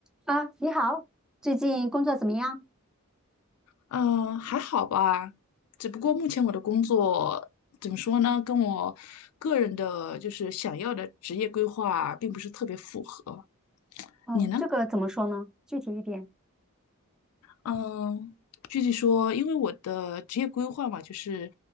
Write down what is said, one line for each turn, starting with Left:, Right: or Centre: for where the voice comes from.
Centre: 啊，你好，最近工作怎么样？
Left: 嗯，还好吧，只不过目前我的工作怎么说呢，跟我个人的就是想要的职业规划并不是特别符合。
Centre: 哦，
Left: 你呢？
Centre: 这个怎么说呢？具体一点。
Left: 嗯，具体说，因为我的职业规划嘛，就是，